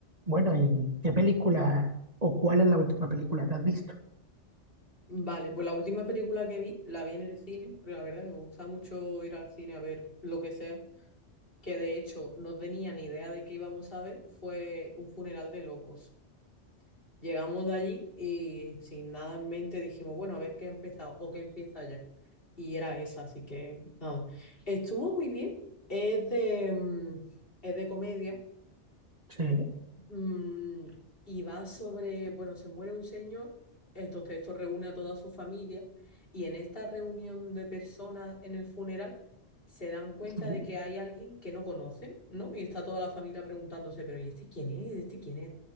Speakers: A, on the right (about 35°); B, on the left (about 50°).
A: Bueno, ¿y qué película o cuál es la última película que has visto?
B: Vale, pues la última película que vi, la vi en el cine, porque la verdad es que me gusta mucho ir al cine a ver lo que sea, que de hecho no tenía ni idea de qué íbamos a ver, fue un funeral de locos. Llegamos de allí y sin nada en mente dijimos, bueno, a ver qué ha empezado o qué empieza ya. Y era esa, así que nada. Estuvo muy bien, es de, mm, es de comedia.
A: Sí,
B: Mm, y va sobre, bueno, se muere un señor, entonces esto reúne a toda su familia y en esta reunión de personas en el funeral se dan cuenta
A: sí,
B: de que hay alguien que no conocen, ¿no? Y está toda la familia preguntándose, pero ¿y este quién es? ¿Este quién es?